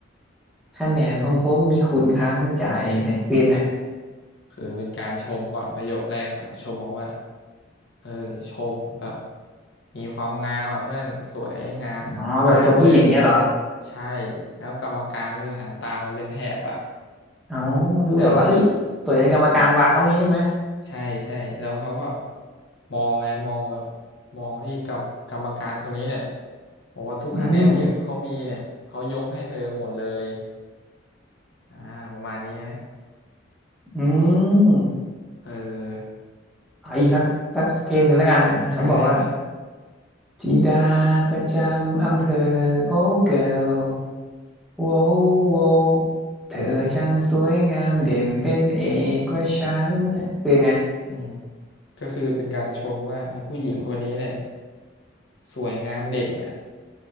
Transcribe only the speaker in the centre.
คะแนนของผมมีคุณทั้งใจเนี่ยคือยังไง
อ๋อแบบชมผู้หญิงเนี่ยเหรอ
อ๋อคือแบบว่าเอ้ยตัวยันกรรมการว้าวอย่างงี้ใช่ไหม
อืม
อืม
เอาอีกสักสักเพลงหนึ่งแล้วกันเขาบอกว่า
ธิดาประจำอำเภอโอ้เกิร์ลโว้วโววเธอช่างสวยงามเด่นเป็นเอกกว่าฉันคือยงไง